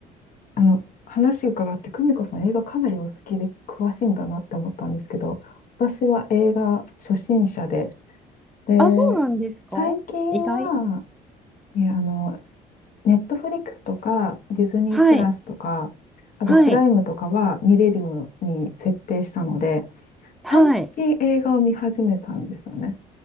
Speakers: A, on the left; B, in the centre.
A: あの、話伺って、久美子さん映画かなりお好きで詳しいんだなって思ったんですけど、私は映画初心者で、で、
B: あ、そうなんですか
A: 最近は、
B: 意外。
A: いや、あの、ネットフリックスとか、ディズニープラスとか、
B: はい。
A: あとプライムとかは見れるように設定したので、
B: はい。
A: 最近映画を見始めたんですよね。
B: はい。